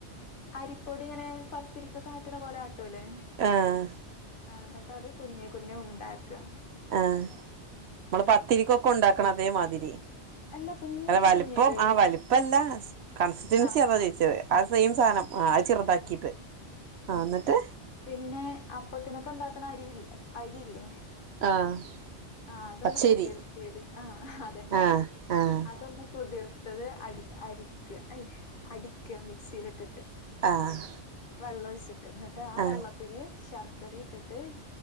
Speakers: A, on the left; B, on the right.
A: അരിപ്പൊടി ഇങ്ങനെ പത്തിരിക്കൊക്കെ ആട്ടണ പോലെ ആട്ടുല്ലേ
B: ആഹ്
A: ആഹ് എന്നിട്ട് അത് കുഞ്ഞേ കുഞ്ഞേ ഉണ്ടാക്കുക
B: ആഹ് നമ്മള് പത്തിരിക്കൊക്കെ ഉണ്ടാക്കണ അതേമാതിരി
A: അല്ല കുഞ്ഞ്
B: അത വലിപ്പം
A: കുഞ്ഞേരുകള്
B: ആ വലിപ്പല്ല കൺസിസ്റ്റൻസി
A: ആഹ്
B: അതാ
A: ആഹ്
B: ചോയിച്ചത് ആഹ് സെയിം സാധനം ആഹ് അത് ചെറുതാക്കിട്ട് ആഹ്
A: ഉം
B: എന്നിട്ട്
A: പിന്നെ അപ്പത്തിനൊക്കെ ഉണ്ടാക്കണ അരില്ലേ അരിയില്ലേ
B: ആഹ്
A: ആഹ് അതൊന്ന്
B: പച്ചരി
A: കുതിർത്തിയത് ആഹ് അതന്നെ
B: ആഹ് ആഹ്
A: അതൊന്ന് കുതിർത്തത് അടി അടിക്ക അടിക്കുക മിക്സിയിൽ ഇട്ടിട്ട്
B: ആഹ്
A: വെള്ളൊഴിച്ചിട്ട് എന്നിട്ട് ആ
B: ആഹ്
A: വെള്ള ത്തില് ശർക്കര ഇട്ടിട്ട്